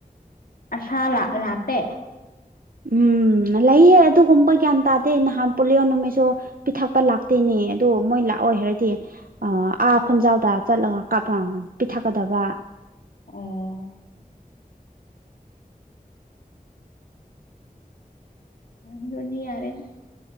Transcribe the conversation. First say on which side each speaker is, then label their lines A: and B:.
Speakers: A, on the left (about 70°); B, on the right (about 70°).
A: ꯑꯁꯥ ꯂ ꯂꯥꯛꯄꯦ
B: ꯎꯝ ꯂꯩꯌꯦ ꯑꯗꯨꯒꯨꯝꯕ ꯒ꯭ꯌꯥꯟ ꯇꯥꯗꯦ ꯅꯍꯥꯟ ꯄꯣꯂꯤꯌꯣ ꯅꯨꯃꯤꯠꯁꯨ ꯄꯤꯊꯛꯄ ꯂꯥꯛꯇꯦꯅꯦ ꯑꯗꯣ ꯃꯣꯏ ꯂꯥꯛꯑꯣꯏ ꯍꯥꯏꯔꯗꯤ ꯑ ꯑꯥ
A: ꯑꯣ
B: ꯈꯣꯟꯖꯥꯎꯗ ꯆꯠꯂꯒ ꯀꯥꯞꯄ ꯄꯤꯊꯛꯀꯗꯕ
A: ꯑꯣ ꯑꯗꯨꯗꯤ ꯌꯥꯔꯦꯗ